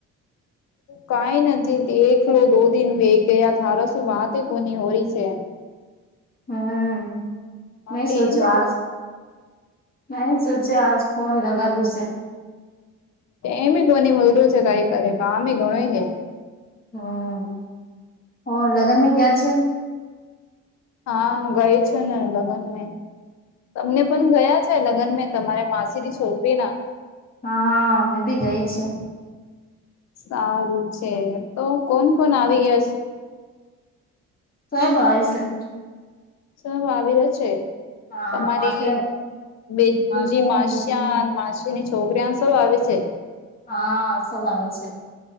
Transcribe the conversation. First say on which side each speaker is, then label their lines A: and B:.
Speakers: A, on the left; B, on the left.
A: કઈ નથી એકલો દો દિન વય ગયા તારા, શું વાત કોની હોરી છે?
B: હમ મેં
A: હન્ટ
B: સોચ્યું
A: એમ બે
B: આજ નહી સોચે આજ ફોન લગા દુંસે
A: એમ કોની મળું છે કઈ કરે કામ ઘણો હે
B: હમ ઓ લગન મે ગયા છે.
A: હા ગઈ છું ને લગ્ન મે તમને પણ ગયા લગન મેં તમારે માસીરી છોકરી ના
B: હા હા મેં બી ગઈ છે.
A: સારું છે તો કોણ કોણ આવી ગયા.
B: સો છે.
A: સા આવી રહ્યા છે
B: હા
A: તમારે
B: માસી
A: બે
B: માસીના
A: દુજી માસ
B: દીકરા
A: માસીની છોકરીયા સૌ આવે છે.
B: હા સવાળું છે.